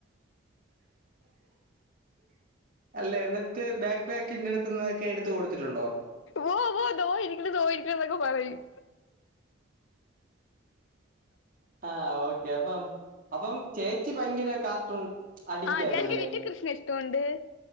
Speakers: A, on the right (about 45°); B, on the left (about 70°).
A: അല്ല എന്നിട്ട് ബാക്ക് ബാക്കിന്റെ അടുത്ത്ന്ന്തൊക്കെ എടുത്തു കൊടുത്തിട്ടുണ്ടോ
B: ഓ വോ ദോ ഇരിക്ക്ണ് സുഗായിരിക്കന്ന്നൊക്കെ പറയും
A: ആ ഓക്കെ അപ്പം അപ്പം ചേച്ചി ഭയങ്കര കാർട്ടൂൺ അഡിക്റ്റ്
B: ആ
A: ആയിരുന്നല്ലേ
B: ജയാദക്ക് ലിറ്റിൽ കൃഷ്ണയെ ഇഷ്ടമുണ്ട്